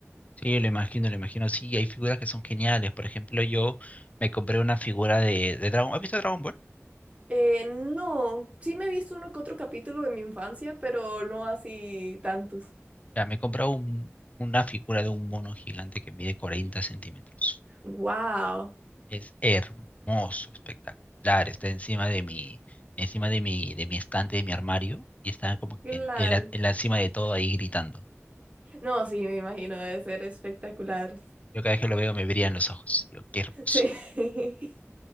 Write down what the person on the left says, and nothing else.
Sí, lo imagino, lo imagino. Sí, hay figuras que son geniales. Por ejemplo, yo me compré una figura de, de Dragon. ¿Has visto Dragon Ball?
Ya, me he comprado un- una figura de un mono gigante que mide 40 centímetros.
Es hermoso, espectacular. Está encima de mi, encima de mi, de mi estante, de mi armario, y está como
que en, en la, en la cima de todo ahí gritando.
Yo cada vez que lo veo me brillan los ojos. Yo, qué hermoso.